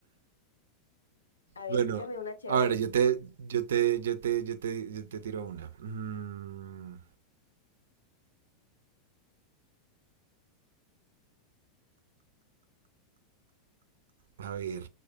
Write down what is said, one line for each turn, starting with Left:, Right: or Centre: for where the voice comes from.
Left: A
Right: Bueno,
Left: ver, tírame una chévere.
Right: a ver, yo te, yo te, yo te, yo te, yo te tiro una. Mm, A ver,